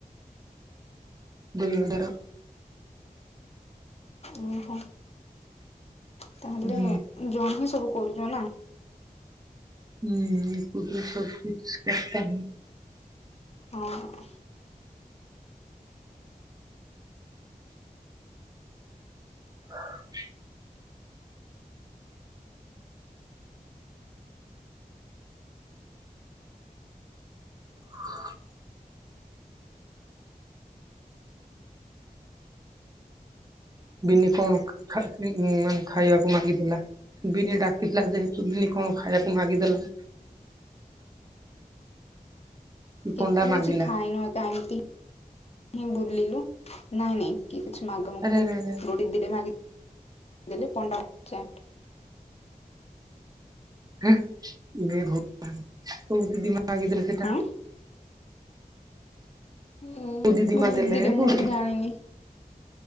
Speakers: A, on the right; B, on the left.
A: ଦୁଇ ହଜାର।
B: ଓହୋ ତାହେଲେ
A: ହୁଁ।
B: ଜଣ ହିଁ ସବୁ କରୁଛ ନା।
A: ହୁଁ ଏକୁଟିଆ ସବୁ କିିଛି <inaudible>
B: ହଁ।
A: ହ <inaudible> ହଁ <unintelligible> ବିିନି କଣ ଖା ମାନେ ଖାଇବାକୁ ମାଗିଥିଲା। ବିନି ଡାକିଥିଲା। ଯେହେତୁ ବିନି କଣ ଖାଇବାକୁ ମାଗିଦେଲା। କି
B: କିଛି
A: ପଣ୍ଡା ମାଗିଲା।
B: ଖାଇନୁହେଁ କା ଏମିତି ହ ବୁଲିଲୁ। ନାଇଁ ନାଇଁ କି କିଛି ମାଗ ମଗ
A: ଆରେ
B: ନାହିଁ।
A: ଆରେ ଆରେ
B: ଗୋଡ଼ିଲେ ମାଗିଲେ ପଣ୍ଡା ଚାଟ୍।
A: ହଁ ହ କଉ ଦିଦି ମା ଗିର <unintelligible> ସେଇଟା
B: ଆଉ ହୁଁ
A: କୋଉ ଦିଦି
B: ଗୋଟେ
A: ମାଗିଦେଲେ
B: ଦିଦିଟେ
A: କୋଉଠି
B: ମୁଁ ବି ଜାଣିନି।